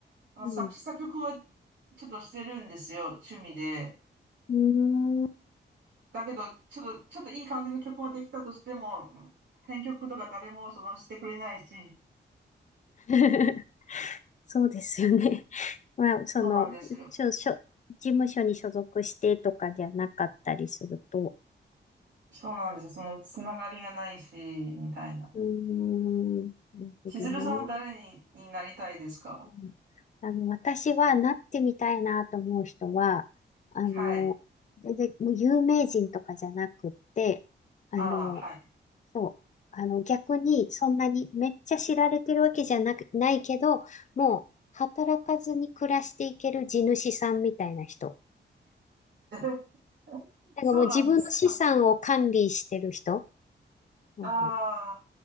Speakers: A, on the right; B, on the left.
A: あの作詞作曲はち
B: うん。
A: ょっとしてるんですよ、趣味で。
B: うーん。
A: だけど、ちょっと、ちょっといい感じの曲ができたとしても、編曲とか誰もそのしてくれないし、
B: <laughs> そうですよね。<laughs> まあ、その、
A: そうなんですよ。
B: しょ、しょ、事務所に所属してとかじゃなかったりすると。
A: そうなんですよ。そのつながりがないし、みたいな。
B: うーん。なるほどな。
A: 千鶴さんは誰に、
B: う
A: になりたいですか
B: んあの、私はなってみたいなと思う人は、あの、
A: はい。
B: 全然もう有名人とかじゃなくって、あの、
A: あら、はい。
B: そう。あの、逆に、そんなにめっちゃ知られてるわけじゃなく、ないけど、もう、働かずに暮らしていける地主さんみたいな人。
A: <laughs>
B: なんかもう自分の資産を管理してる人。
A: そうなんですか。
B: うん
A: あ